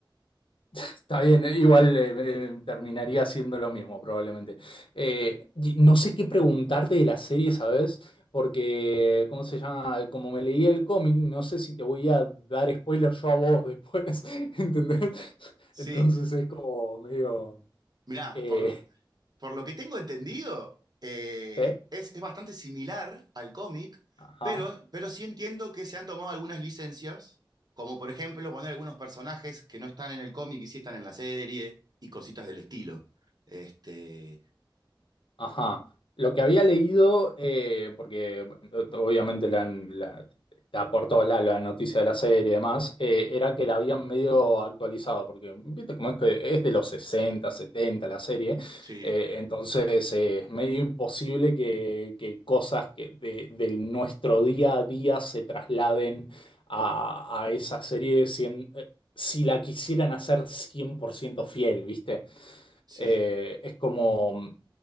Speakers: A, on the left (about 80°); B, on the right (about 50°).
A: Está bien, eh, igual eh, eh, terminaría haciendo lo mismo probablemente. Eh, y no sé qué preguntarte de la serie, ¿sabes? Porque, ¿cómo se llama? Como me leí el cómic, no sé si te voy a dar spoiler yo a vos después, <laughs> ¿entendés?
B: Sí,
A: Entonces es como medio...
B: Mirá,
A: eh,
B: por, por lo que tengo entendido, eh,
A: ¿sí?
B: es, es bastante similar al cómic,
A: Ajá.
B: pero, pero sí entiendo que se han tomado algunas licencias, como por ejemplo poner algunos personajes que no están en el cómic y sí están en la serie y cositas del estilo. Este,
A: Ajá. Lo que había leído, eh, porque eh, obviamente la, han- la- está por todos lados la noticia de la serie y demás, eh, era que la habían medio actualizado, porque viste cómo es que es de los 60, 70 la serie,
B: sí,
A: eh, entonces eh, es medio imposible que, que cosas que de, de nuestro día a día se trasladen a, a esa serie cien- eh, si la quisieran hacer 100% fiel, ¿viste?
B: sí,
A: Eh, es como